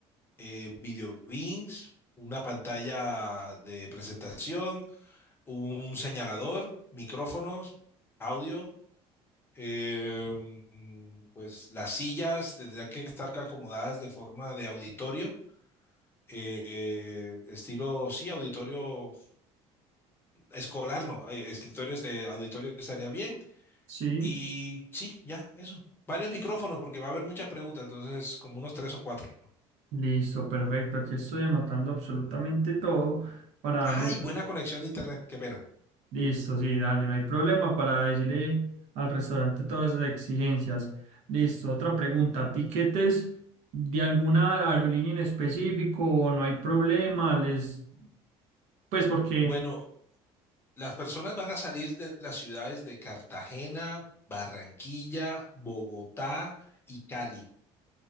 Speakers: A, on the left (about 20°); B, on the right (about 70°).
A: eh, video beams, una pantalla de presentación, un señalador, micrófonos, audio. Eh, mm, pues las sillas tendrían que estar acomodadas de forma de auditorio, eh, eh, estilo, sí, auditorio escolar, no, eh, escritorios de auditorio estaría bien.
B: Sí,
A: Y sí, ya, eso. Varios micrófonos, porque va a haber muchas preguntas, entonces como unos tres o cuatro.
B: listo, perfecto. Aquí estoy anotando absolutamente todo para
A: Ay,
B: darle.
A: buena conexión de internet, qué pena.
B: Listo, sí, dale, no hay problema para decirle al restaurante todas esas exigencias. Listo, otra pregunta. ¿Tiquetes de alguna aerolínea en específico o no hay problema? Les Pues porque,
A: Bueno, las personas van a salir de las ciudades de Cartagena, Barranquilla, Bogotá y Cali.